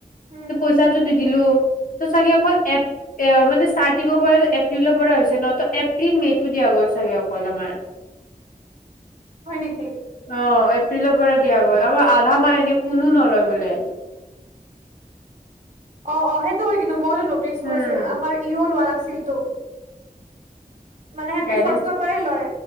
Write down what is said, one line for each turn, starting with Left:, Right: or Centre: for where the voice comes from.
Right: উম
Left: পইচাটো দি দিলো ত চাগে অকল এপ এ মানেষ্টাৰ্টিঙৰ পৰা একো হৈছে ন এপ্ৰিল মে' টো দিয়া গ'ল চাগে অকল আমাৰ
Right: হয় নেকি
Left: অ এপ্ৰিলৰ পৰা দিয়া গ'ল আ আধা মাহ এনে কোনো নলয় বোলে
Right: অ অ সেইটো হয় কিন্তু মই নটিচ
Left: উম
Right: কৰিছো আমাৰ ইও লোৱা নাছিল চছিলটো মানে সেনকে
Left: গাইডেন্স
Right: ফৰ্চ প লয়